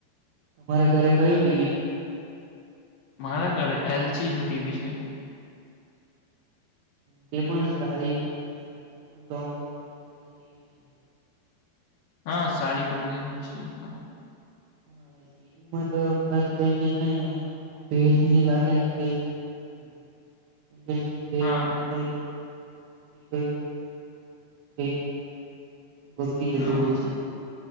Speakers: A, on the right; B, on the left.
A: તમારે ઘરે કયું ટીવી છે
B: મારા ઘરે એલજી નું ટીવી છે
A: તે પણ સારી કંપની છે તે પણ લોંગ સમય ચાલે તેવી છે
B: હા સારી કંપનીઓ છે એ પણ
A: હા ટીવીમાં તો ખાસ કરીને છે ને તે ભેજ લાગે ને તે સાચું એમકે શું ભેજ
B: હા
A: લાગી ટ હોય તેાય છે <unintelligible> બગડી જતું
B: હા
A: હોય છે